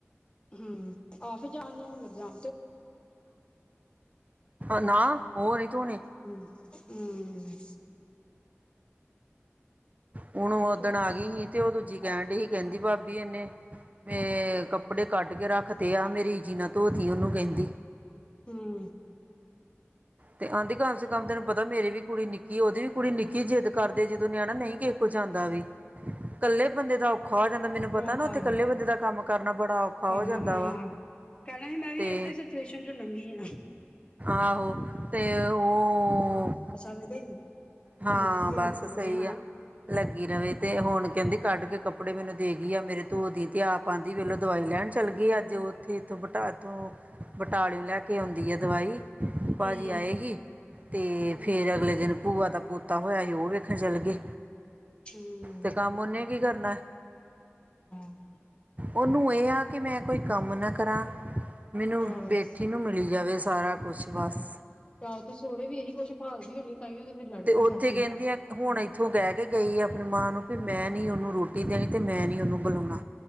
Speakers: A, on the left; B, on the right.
A: ਹੂ ਆਫਿਸ ਜਾਣ ਨੂੰ ਹੋਣ ਲੱਗਿਆ
B: ਨਾ ਉਹ ਨਹੀਂ ਧੋਣੇ
A: ਹਮ। ਹਮ।
B: ਹੁਣ ਓਦਣ
A: ਚਲੋ
B: ਆ ਗਈ ਸੀ ਤੇ ਉਹ ਦੂਜੀ ਕਹਿਣ ਡ ਸੀ ਕਹਿੰਦੀ ਭਾਬੀ ਇਹਨੇ ਮੈਂ ਕੱਪੜੇ ਕੱਢ ਕੇ ਰੱਖ ਤੇ ਆ ਮੇਰੀ ਜੀ ਨਾ ਧੋਤੀ ਉਹਨੂੰ ਕਹਿੰਦੀ।
A: ਹਮ।
B: ਤੇ ਆਹਂਦੀ ਕਮ ਸੇ ਕਮ ਤੈਨੂੰ ਪਤਾ ਮੇਰੀ ਵੀ ਕੁੜੀ ਨਿੱਕੀ ਉਹਦੀ ਵੀ ਕੁੜੀ ਨਿੱਕੀ ਜਿੱਦ ਕਰਦੇ ਜਦੋਂ ਨਿਆਣਾ ਨਹੀਂ ਕਿਸੇ ਕੁ ਚ ਆਉਂਦਾ ਵੀ ਕੱਲੇ ਬੰਦੇ ਦਾ ਔਖਾ ਹੋ ਜਾਂਦਾ। ਮੈਨੂੰ ਪਤਾ
A: ਔਖਾ
B: ਨਾ ਉੱਥੇ ਇਕੱਲੇ ਬੰਦੇ ਦਾ ਕੰਮ ਕਰਨਾ ਬੜਾ ਔਖਾ
A: ਕਰਨਾ
B: ਹੋ ਜਾਂਦਾ
A: ਹਾਂ
B: ਵਾ
A: ਕਹਿਣਾ ਸੀ ਮੈਂ ਵੀ
B: ਤੇ
A: ਇਸੇ ਸਿਚੁਏਸ਼ਨ ਚ ਲੰਘੀ ਹਾਂ।
B: ਆਹੋ ਤੇ ਉਹ
A: ਵੇਦੇ ਸੀ ਕਿ
B: ਹਾਂ
A: ਲੱਗੀ ਆ
B: ਬਸ
A: ਲੱਗੀ
B: ਸਹੀ
A: ਰਵੇ ਹਨਾ
B: ਆ ਲੱਗੀ ਰਵੇ ਤੇ ਹੁਣ ਕਹਿੰਦੀ
A: ਹਮ
B: ਕੱਢ ਕੇ ਕੱਪੜੇ ਮੈਨੂੰ ਦੇ ਗਈ ਆ ਮੇਰੇ ਧੂੰ ਦੀ ਤੇ ਆਪ ਆਉਂਦੀ ਵੇਲੋ ਦਵਾਈ ਲੈਣ ਚੱਲ ਗਈ ਅੱਜ ਉੱਥੇ ਇਥੋਂ ਬਟਾ ਇੱਥੋਂ ਬਟਾਲਿਓ ਲੈ ਕੇ ਆਉਂਦੀ ਹੈ ਦਵਾਈ। ਭਾ
A: ਹਮ
B: ਜੀ ਆਏ ਸੀ ਅਤੇ
A: ਹਮ
B: ਫਿਰ ਅਗਲੇ ਦਿਨ ਭੂਆ ਦਾ ਪੋਤਾ ਹੋਇਆ ਸੀ ਉਹ ਵੇਖਣ ਚੱਲ ਗਏ।
A: ਹਮ।
B: ਤੇ ਕੰਮ ਉਹਨੇ ਕੀ ਕਰਨਾ।
A: ਹਮ।
B: ਉਹਨੂੰ ਇਹ ਆ ਕਿ ਮੈਂ ਕੋਈ ਕੰਮ ਨਾ ਕਰਾਂ ਮੈਨੂੰ
A: ਚਲੋ
B: ਬੈਠੀ ਨੂੰ ਮਿਲੀ ਜਾਵੇ। ਸਾਰਾ ਕੁਛ ਬਸ।
A: ਤਾਂ ਉਥੇ ਸੋਹਰੇ ਵੀ ਇਹੀ ਕੁੱਛ ਭਾਲਦੀ ਹੋਣੀ ਤਾਂਹੀਓ ਤੇ ਫੇਰ ਲੜਪੀ
B: ਉੱਥੇ
A: ਸੱਸ ਨੂੰ।
B: ਕਹਿੰਦੀ ਆ ਹੁਣ ਇੱਥੋਂ ਕਹਿ ਕੇ ਗਈ ਆ ਆਪਣੀ ਮਾਂ ਨੂੰ ਵੀ ਮੈਂ ਨੀ ਉਹਨੂੰ ਰੋਟੀ ਦੇਣੀ ਤੇ ਮੈਂ ਨੀ ਉਹਨੂੰ ਬੁਲਾਉਣਾ।